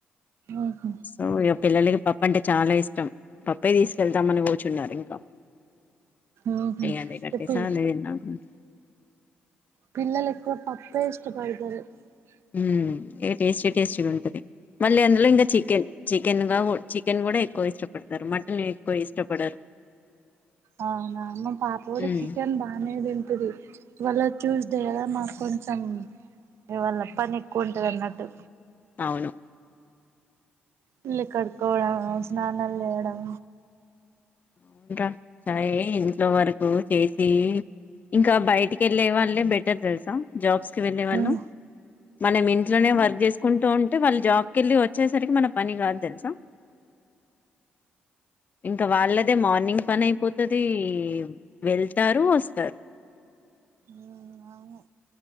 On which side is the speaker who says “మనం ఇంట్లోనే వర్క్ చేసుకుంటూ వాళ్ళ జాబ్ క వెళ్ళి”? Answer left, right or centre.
Left